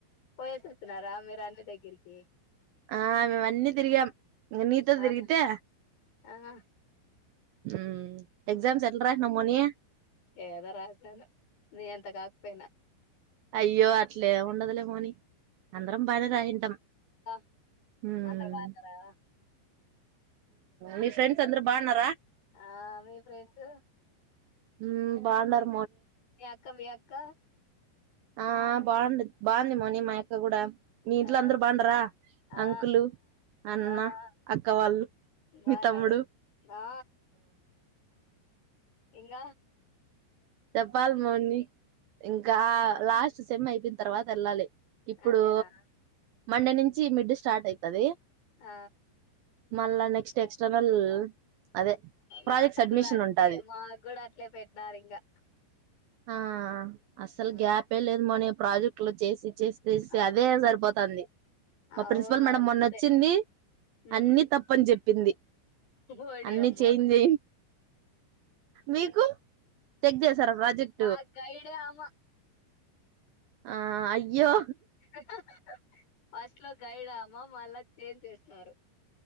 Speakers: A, on the left (about 50°); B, on the right (about 80°).
A: పోయేసేస్తున్నారా మీరు అన్ని దగ్గరికి
B: ఆ మేమ్ వన్నీ తిరిగాం ఇగ నీతోదిరిగితే
A: ఆహా ఆహా
B: ఉమ్ ఎగ్జామ్స్ ఎట్లా రాసినావ్ మౌని
A: ఏదో రాసిన ను నీ ఎంత కాక్పోయినా
B: అయ్యో అట్లే ఉండదులే మోనీ అందరం బానిరషీన్టం
A: ఆ!
B: మ్
A: అందరు బాగున్నారా
B: మీ ఫ్రెండ్స్ అందరూ బాన్నురా
A: ఆ మీ ఫ్రెండ్స్
B: మ్ బాన్నుర్
A: మీ అక్కామిఅక్ ఇంకా
B: ఆ బాగుంది బాగుంది మోని మా యక్క కూడా మీ
A: ఆ
B: ఇంట్లో అందరు బాగుండరా
A: ఆ ఆ
B: అంకులు అన్న
A: ఆ ఆ!
B: అక్క వాళ్ళు
A: బాగున్నారు
B: మీ తమ్ముడు
A: ఆ ఇంగ
B: జెప్పల్ మోని ఇంకా లాస్ట్ సెమ్ అయిపోయిన తర్వాత వెళ్ళాలి. ఇప్పుడు
A: అంతేనా
B: మండే నుంచి మిడ్ స్టార్ట్ అయితది.
A: ఆ
B: మళ్ళ నెక్స్ట్ ఎక్స్టర్నల్ అదే ప్రాజెక్ట్
A: మా
B: సబ్మిషన్
A: కూడా అట్లే
B: ఉంటది
A: మా కూడా అట్లే పెట్టినారు ఇంగా
B: హా అసలు
A: ఆ
B: గ్యాప్ ఏ లేదు మోనీ ప్రాజెక్టు లో చేసి చేస్ చేస్
A: ఆ!
B: అధే జరిపోత్ సందీ మా
A: అవును
B: ప్రిన్సిపల్ మేడం
A: అంతే
B: మొన్న వచ్చింది
A: ఉమ్
B: అన్ని తప్పని చెప్పింది
A: ఓడి
B: అన్ని
A: అమ్మ
B: చెంజ్ మీకు చెక్ చేసారా ప్రాజెక్ట్
A: మక్ గైడే ఆమ
B: ఆ అయ్యో
A: హహహ్ ఫస్ట్ లో గైడ్ ఆమ మళ్ళ ఎమ్ చేష్ నార్